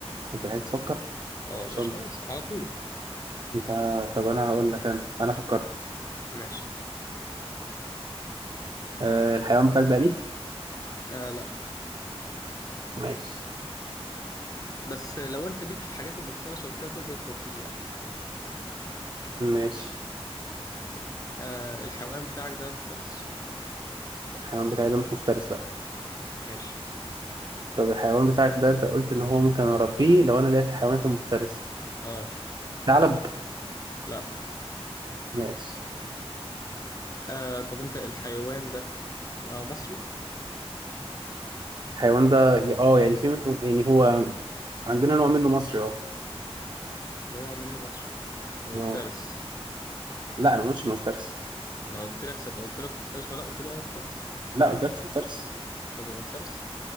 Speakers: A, on the right (about 45°); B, on the left (about 35°).
A: انت عايز تفكر ان
B: اه
A: شاء
B: مش
A: الله
B: خلاص على طول
A: انت طب انا هقول لك انا انا فكرت
B: ماشي
A: آه الحيوان بتاعك ده اليف
B: آه لا
A: ماشي
B: بس لو أنت ليك في الحاجات المفترسة وكده تقدر تربيه يعني
A: ماشي
B: آه الحيوان بتاعك ده مفترس
A: الحيوان بتاعي ده مش مفترس لا
B: ماشي
A: طب الحيوان بتاعك ده انت قلت ان هو ممكن اربيه لو انا ليا في الحيوانات المفترسه
B: اه
A: ثعلب
B: لا
A: ماشي
B: آه طب أنت الحيوان ده آه مصري
A: الحيوان ده اه
B: بي-
A: يعني في منه يعني هو عندنا نوع منه مصري اه
B: نوع منه مصري ومفترس
A: اه لا انا ما قلتش انه مفترس
B: ما قلت لك صدق قلت لك مفترس ولا لأ؟ قلت لي اه مفترس
A: لا ما قلتلكش مفترس
B: طب هو مفترس